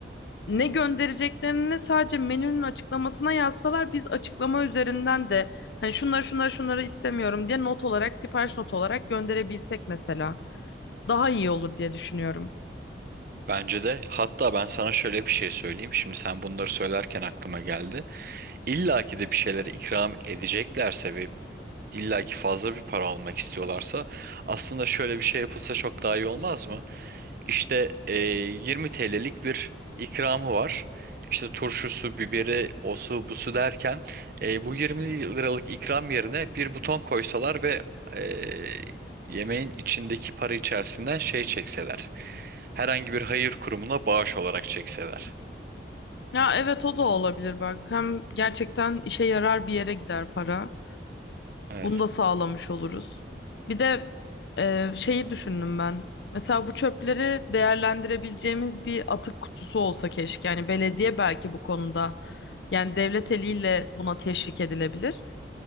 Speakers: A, on the left; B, on the right.
A: ne göndereceklerini sadece menünün açıklamasına yazsalar biz açıklama üzerinden de hani şunları şunları şunları istemiyorum diye not olarak sipariş not olarak gönderebilsek mesela daha iyi olur diye düşünüyorum.
B: Bence de. Hatta ben sana şöyle bir şey söyleyeyim. Şimdi sen bunları söylerken aklıma geldi. İlla ki de bir şeyleri ikram edeceklerse ve İlla ki fazla bir para almak istiyorlarsa aslında şöyle bir şey yapılsa çok daha iyi olmaz mı? İşte e, 20 TL'lik bir ikramı var. İşte turşusu, biberi, osu, busu derken e, bu 20 liralık ikram yerine bir buton koysalar ve e, yemeğin içindeki para içerisinden şey çekseler. Herhangi bir hayır kurumuna bağış olarak çekseler.
A: Ya evet o da olabilir bak hem gerçekten işe yarar bir yere gider para.
B: Evet,
A: Bunu da sağlamış oluruz. Bir de e, şeyi düşündüm ben. Mesela bu çöpleri değerlendirebileceğimiz bir atık kutusu olsa keşke. Yani belediye belki bu konuda yani devlet eliyle buna teşvik edilebilir.